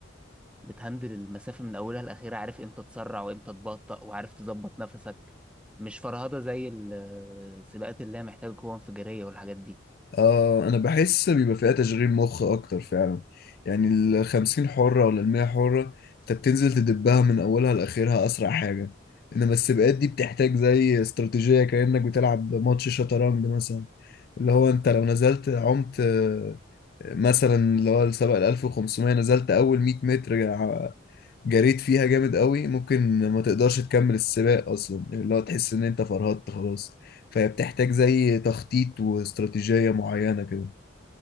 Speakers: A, in the centre; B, on the left.
A: بتهندل المسافة من أولها لآخرها عارف إمتى تسرع وإمتى تبطأ وعارف تظبط نفسك مش فرهضة زي السباقات اللي هي محتاجة قوة انفجارية والحاجات دي
B: آه أنا بحس بيبقى فيها تشغيل مخ أكتر فعلا يعني الخمسين حرة ولا المية حرة أنت بتنزل تدبها من أولها لآخرها أسرع حاجة إنما السباقات دي بتحتاج زي استراتيجية كأنك بتلعب ماتش شطرنج مثلا اللي هو أنت لو نزلت عمت آه، مثلا اللي هو السباق الألف وخمسمية نزلت أول مية متر جا- جريت فيها جامد قوي ممكن ما تقدرش تكمل السباق أصلا اللي هو تحس إن أنت فرهدت خلاص فهي بتحتاج زي تخطيط واستراتيجية معينة كده